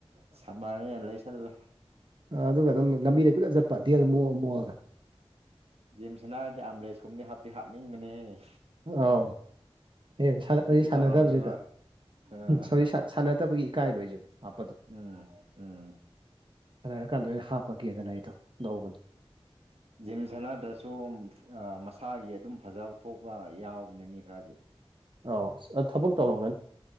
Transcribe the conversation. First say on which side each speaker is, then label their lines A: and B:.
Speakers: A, on the right; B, on the right.
A: ꯁꯝꯃꯔꯅ ꯂꯩꯁꯜꯂꯣ
B: ꯑꯗꯨꯒ ꯑꯗꯨꯝ ꯂꯝꯕꯤꯗ ꯖꯅ ꯆꯠꯄ ꯗꯦꯜ ꯃꯣꯑ ꯃꯣꯑꯒ
A: ꯖꯤꯝꯁꯤꯅ ꯍꯥꯏꯔꯗꯤ ꯑ꯭ꯔꯦꯁ ꯀꯨꯝꯕꯗꯤ ꯍꯥꯞꯇꯤ ꯍꯥꯞꯅꯤꯡꯕꯅꯦꯍꯦ
B: ꯑꯥꯎ ꯍꯌꯦ ꯑꯩ
A: ꯑꯩꯁꯨ
B: ꯁꯥꯟꯅꯗꯕꯁꯤꯗ
A: ꯇꯧꯔꯝꯃꯦꯕ ꯑ
B: ꯁꫭꯔꯤ ꯁꯥ ꯁꯥꯟꯅꯗꯕꯒꯤ ꯏꯀꯥꯏꯕ ꯑꯩꯁꯨ ꯍꯥꯞꯄꯗꯣ
A: ꯎꯝ ꯎꯝ
B: ꯁ ꯍꯥꯏꯔꯀꯥꯟꯗꯩꯅ ꯍꯥꯞꯄꯒꯦꯗꯅ ꯑꯩꯗꯣ ꯂꯧꯕꯅꯦ
A: ꯖꯤꯝ ꯁꯥꯟꯅꯗ꯭ꯔꯁꯨ ꯃꯁꯥꯒꯤ ꯑꯗꯨꯝ ꯐꯖꯕ ꯊꯣꯛꯄ ꯌꯥꯎꯕꯅꯦ ꯃꯤ ꯈꯔꯗꯤ
B: ꯑꯧ ꯊꯕꯛ ꯇꯧꯔꯝꯒꯅꯤ